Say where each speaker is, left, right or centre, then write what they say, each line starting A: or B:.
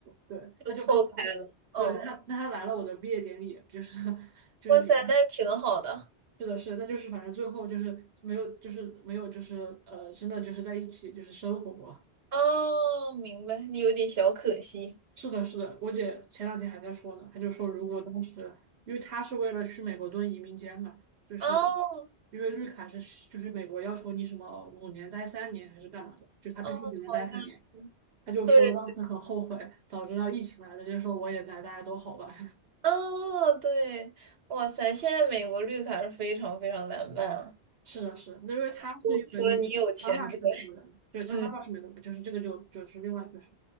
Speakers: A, on the right (about 80°); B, on the right (about 65°).
A: 对，
B: 就错开了。
A: 她就刚好对，
B: 哦，
A: 那她那她来了我的毕业典礼，就是 <laughs> 就是你。
B: 哇塞，那挺好的。
A: 是的，是的，但就是反正最后就是没有，就是没有，就是呃，真的就是在一起就是生活过。
B: 哦，明白，你有点小可惜。
A: 是的，是的，我姐前两天还在说呢，她就说如果当时，因为她是为了去美国蹲移民监嘛，就是
B: 哦
A: 因为绿卡是就是美国要求你什么五年待三年还是干嘛的，就她必须只能待三年。
B: 哦，好像是。
A: 她就说当时很后悔，
B: 对。
A: 早知道疫情来了，就说我也在，大家都好吧。<laughs>
B: 哦，对，哇塞，现在美国绿卡是非常非常难办啊。
A: 是的，是的，因为她是因为那个她妈妈是美国人，
B: 我除了你有钱之外，
A: 对，她妈妈是美国人，
B: 嗯，
A: 就是这个就就是另外一回事。